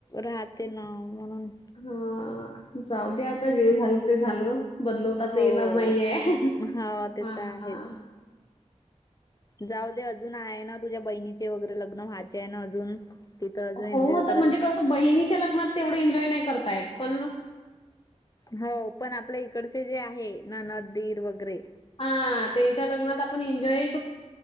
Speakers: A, on the left; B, on the left.
A: राहते ना म्हणून.
B: हा. जाऊद्या आता जे झालं ते झालं बदलवता
A: हो
B: तर येणार नाहीये.
A: हा ते
B: हां,
A: तर आहेच.
B: <inaudible>
A: जाऊदे अजून आहे ना तुझ्या बहिणीचे वगैरे लग्न व्हायचे आहे ना अजून? तिथं अजून
B: हो,
A: एन्जॉय करायला
B: तर म्हणजे कसं बहिणीच्या लग्नात तेवढं एन्जॉय नाय करता येत पणं
A: हो पण आपल्या इकडचे जे आहे ननंद दीर वगैरे
B: हा त्यांच्या लग्नात आपण एन्जॉय